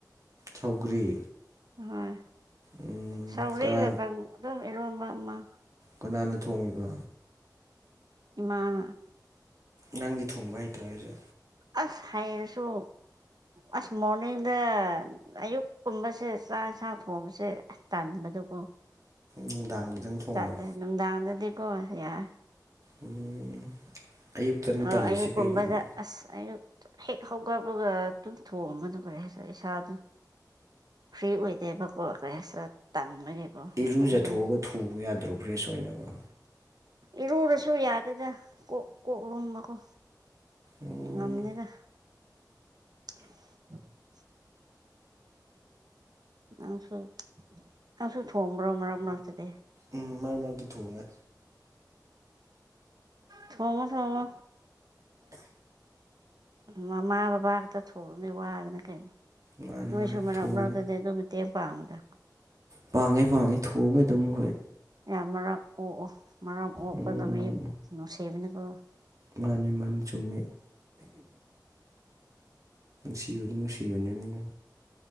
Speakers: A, on the right; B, on the right.
A: ꯁꯧꯒ꯭ꯔꯤ
B: ꯍꯣꯏ
A: ꯎꯝ
B: ꯁꯧꯒ꯭ꯔꯤꯀ
A: ꯀꯅꯥ
B: ꯑꯗꯨꯝ ꯏꯔꯣꯟꯕ ꯑꯃ
A: ꯀꯅꯥꯅ ꯊꯣꯡꯉꯤꯕ
B: ꯏꯃꯥ
A: ꯅꯪꯗꯤ ꯊꯣꯡꯕ ꯍꯩꯇ꯭ꯔꯣ ꯍꯥꯏꯁꯦ
B: ꯑꯁ ꯍꯩꯔꯁꯨ ꯑꯁ ꯃꯣꯔꯅꯤꯡꯗ ꯑꯌꯨꯛ ꯀꯨꯝꯕꯁꯦ ꯆꯥꯛ ꯌꯦꯟꯁꯥꯡ ꯊꯣꯡꯕꯁꯦ ꯑꯁ ꯇꯥꯟꯂꯦ ꯑꯗꯨꯀꯣ
A: ꯅꯨꯡꯗꯥꯡꯗꯗꯪ ꯊꯣꯡꯕ꯭ꯔꯥ
B: ꯆꯠꯂꯦ ꯅꯨꯡꯗꯥꯡꯗꯗꯤꯀꯣ ꯌꯥꯔꯦ
A: ꯎꯝ <inaudible> ꯑꯌꯨꯛꯇꯅ
B: ꯑ
A: ꯇꯜꯂꯤꯁꯤ
B: ꯑꯌꯨꯛ ꯀꯨꯝꯕꯗ
A: ꯀꯩꯒꯤꯅꯣ
B: ꯑꯁ ꯑꯌꯨꯛ ꯍꯦꯛ ꯍꯧꯒꯠꯕꯒ ꯑꯗꯨꯨꯝ ꯊꯣꯝꯊꯣꯛꯄꯅ ꯐꯩ ꯍꯥꯏ ꯏꯁꯥꯗ ꯐ꯭ꯔꯤ ꯑꯣꯏꯗꯦꯕ ꯀꯣ ꯀꯩ ꯍꯥꯢꯁꯤꯂ ꯃꯀ
A: ꯏꯔꯨꯖꯊꯣꯛꯑꯒ
B: <inaudible>
A: ꯊꯣꯡꯕ ꯌꯥꯗ꯭ꯔꯣ ꯐ꯭ꯔꯦꯁ ꯑꯣꯏꯅꯕ
B: ꯏꯔꯨꯔꯁꯨ ꯌꯥꯗꯦꯗ ꯀꯣꯛ ꯀꯣꯛꯔꯨꯝꯕꯒꯣ
A: ꯎꯝ
B: ꯉꯝꯅꯤꯗ <inaudible> ꯅꯪꯁꯨ ꯅꯪꯁꯨ ꯊꯣꯡꯕ꯭ꯔꯣ ꯃꯔꯝ ꯃꯔ ꯑꯗꯨꯗꯤ
A: ꯎꯝ ꯃꯔ ꯃꯔꯛꯇ ꯊꯣꯡꯉꯦ
B: ꯊꯉꯣ ꯊꯉ ꯃꯃꯥ ꯕꯕꯥ ꯈꯛꯇ ꯊꯣꯅꯦ ꯋꯥꯗꯅꯦ ꯀꯩꯅꯣ
A: ꯃꯥꯅꯤ
B: ꯅꯣꯏꯁꯨ
A: ꯃꯥꯅꯤ
B: ꯃꯔꯛ
A: ꯊꯣꯡꯉꯦ
B: ꯃꯔꯛꯇꯗꯤ ꯑꯗꯨ ꯃꯇꯦꯡ ꯄꯥꯡꯉꯨꯗ
A: ꯄꯥꯡꯉꯦ ꯄꯥꯡꯉꯦ ꯊꯣꯡꯉꯦ ꯑꯗꯨꯝ ꯑꯩꯈꯣꯏ
B: ꯌꯥ ꯃ ꯑꯣ ꯑꯣ ꯃ ꯑꯣꯄ
A: ꯎꯝ
B: ꯅꯣ ꯁꯦꯕꯅ ꯀ
A: ꯃꯥꯅꯤ ꯃꯥꯅꯤ ꯆꯨꯝꯃꯦ ꯁꯤꯁꯤꯖꯤꯅꯦ ꯃꯤ